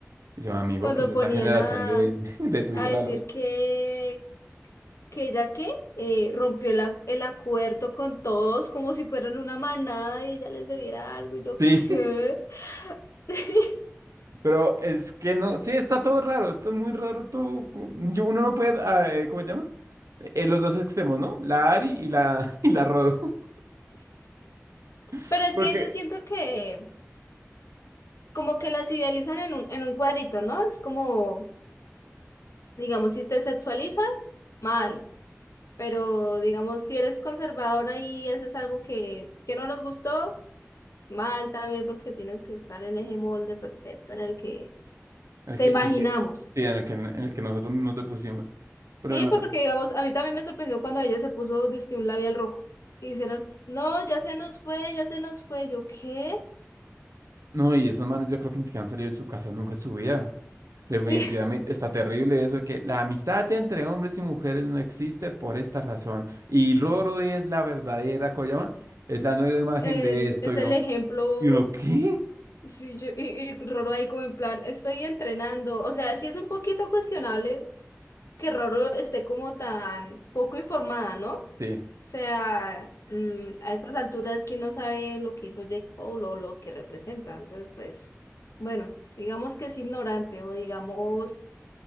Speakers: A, on the right; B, on the left.
A: Y yo, amigo,
B: cuando
A: que es esta
B: ponían
A: generación
B: a,
A: de, <laughs> de Twitter,
B: a decir
A: ¿aló?
B: que, que ella que eh, rompió el, a- el acuerdo con todos como si fueran una manada y ella les debiera algo y yo,
A: Sí,
B: ¿qué? <laughs>
A: <laughs> pero es que no, sí, está todo raro, está muy raro todo. co- Yo, uno no puede, ah, eh, ¿cómo se llama? Eh, eh, los dos extremos, ¿no? La Ari y la, <laughs> y la Rodo. <laughs>
B: Pero es
A: Porque
B: que yo siento que como que las idealizan en un, en un cuadrito, ¿no? Es como, digamos, si te sexualizas, mal. Pero digamos, si eres conservadora y haces algo que, que no nos gustó, mal también porque tienes que estar en ese molde perfecto en el que
A: el
B: Te
A: que,
B: imaginamos.
A: el que, sí, en el que, en el que nosotros mismos te pusimos. Pero
B: Sí,
A: no,
B: porque digamos, a mí también me sorprendió cuando ella se puso dizque un labial rojo. Y dijeron, no, ya se nos fue, ya se nos fue. Yo, ¿qué?
A: no, y esos manes yo creo que ni siquiera han salido de su casa nunca en su vida. Definitivamente,
B: <laughs>
A: está terrible eso de que la amistad entre hombres y mujeres no existe por esta razón. Y Roro es la verdadera Koyama, es la nueva imagen
B: El-
A: de esto.
B: es
A: Y
B: el
A: uno,
B: ejemplo.
A: ¿y uno qué?
B: sí, yo- y, y Roro ahí como en plan, estoy entrenando. O sea, sí es un poquito cuestionable que Roro esté como tan poco informada, ¿no?
A: Sí,
B: sea, mm, a estas alturas, ¿quién no sabe lo que hizo Jake Paul o lo que representa? Entonces, pues, bueno, digamos que es ignorante o digamos